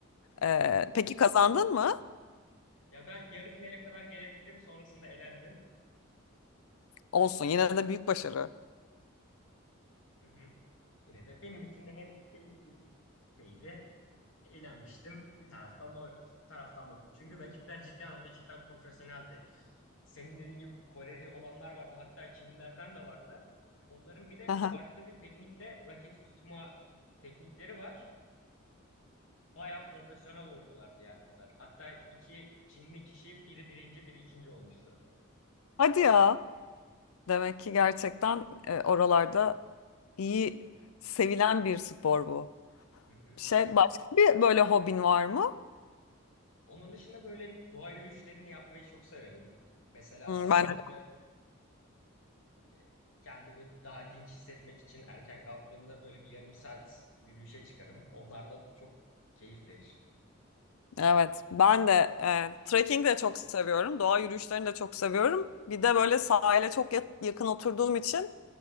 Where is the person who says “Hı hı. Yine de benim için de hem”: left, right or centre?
Left